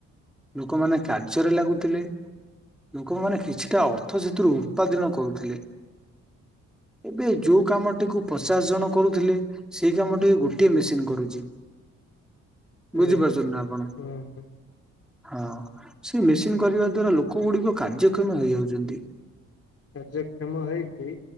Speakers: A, in the centre; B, on the left (about 50°).
A: ଲୋକମାନେ କାର୍ଯ୍ୟରେ ଲାଗୁଥିଲେ ଲୋକମାନେ କିଛିଟା ଅର୍ଥ ସେଥିରୁ ଉତ୍ପାଦନ କରୁଥିଲେ ଏବେ ଯୋଉ କାମଟିକୁ ପଚାଶ ଜଣ କରୁଥିଲେ ସେଇ କାମଟିକୁ ଗୋଟିଏ ମେସିନ କରୁଛି। ବୁଝିପାରୁଛନ୍ତି
B: ଆଜ୍ଞା
A: ନା ଆପଣ
B: ହୁଁ ହୁଁ
A: ହଁ ସେଇ ମେସିନ କରିବା ଦ୍ଵାରା ଲୋକ ଗୁଡିକ କାର୍ଯ୍ୟକ୍ଷମ ହେଇଯାଉଛନ୍ତି।
B: କାର୍ଯ୍ୟକ୍ଷମ ହେଇକି